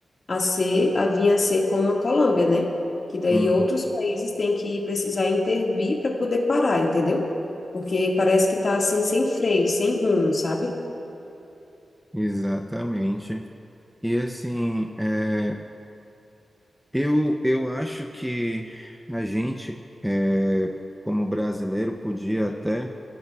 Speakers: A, on the left; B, in the centre.
A: a ser, a vir a ser como a Colômbia, né? Que daí
B: Hum,
A: outros países têm que precisar intervir para poder parar, entendeu? Porque parece que tá assim, sem freio, sem rumo, sabe?
B: exatamente. E assim, é, Eu, eu acho que a gente, eh, como brasileiro, podia até